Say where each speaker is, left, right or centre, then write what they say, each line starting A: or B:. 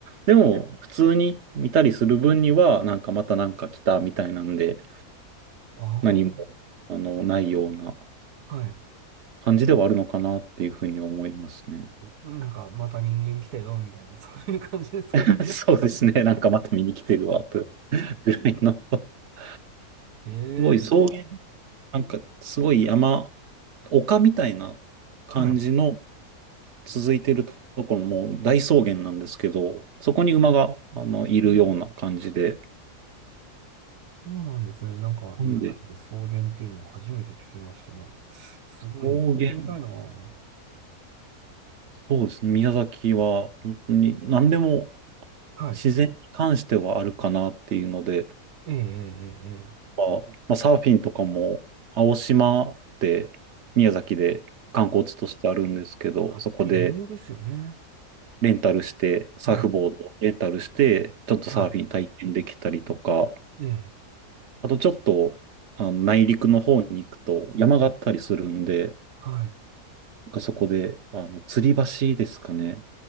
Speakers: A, on the right; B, on the right.
A: でも、普通に見たりする分には、なんかまたなんか来たみたいなんで、
B: あ
A: 何も、あの、ないような
B: あ、はい。
A: 感じではあるのかなっていうふうに思いますね。
B: うんなんか、また人間来たよ、みたいな、<laughs> そういう感じですかね。
A: <laughs> そうですね。なんかまた見に来てるわ、とぐらいの。す
B: ええ、
A: ごい草原、なんかすごい山、丘みたいな感じの
B: はい。
A: 続いてるところも大草原なんですけど、そこに馬が、
B: うん
A: あの、いるような感じで。
B: そうなんですね。なんか、宮崎で草原っていうのを初めて聞きましたな。
A: なんで、
B: すごいね。
A: 草原、
B: 行ってみたいな。は
A: そうですね。宮崎は本当に何でも自然に関してはあるかなっていうので、
B: い。ええ、ええ、ええ。ええ
A: は、まあ、サーフィンとかも、青島って宮崎で観光地としてあるんですけど、
B: あ、
A: そこで
B: すごい有名ですよね。
A: レンタルして、サーフボードレンタルして、
B: はい。
A: ちょっとサーフィン体験できたりとか、
B: はい。ええ、
A: あとちょっとあの内陸の方に行くと山があったりするんで、
B: はい。
A: なんかそこであの吊り橋ですかね。